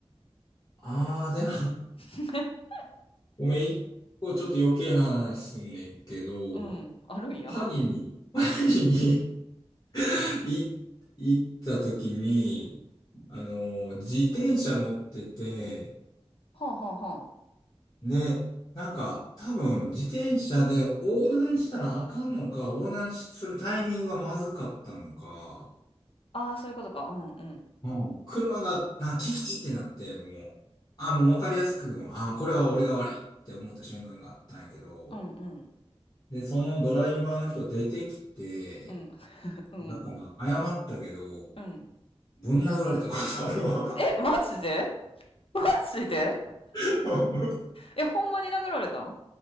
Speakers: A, on the left (about 35°); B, on the left (about 60°).
A: ああ、でも
B: <laughs>
A: <laughs> ごめん、一個ちょっと余計な話すんねんけど、
B: うん、あるんや。
A: パリに、
B: <laughs>
A: <laughs> パリに <laughs> い行った時に、
B: うん。
A: あの、自転車乗ってて、
B: はあはあは
A: ね、なんか、多分、自転車で横断したらあかんのか、横断するタイミングがまずかったのか、
B: あ。ああ、そういうことか。うんうん。
A: もうん。車が、な、キキってなって、もう、あ、もうわかりやすく、あ、これは俺が悪いって思った瞬間があったんやけど、
B: うんうん。
A: で、そのドライバーの人出てきて、
B: うんうん。
A: だから謝ったけど、
B: うん。
A: ぶん殴られたことあるわ。
B: え、マジでマジで
A: <laughs>
B: え、ほんまに殴られたん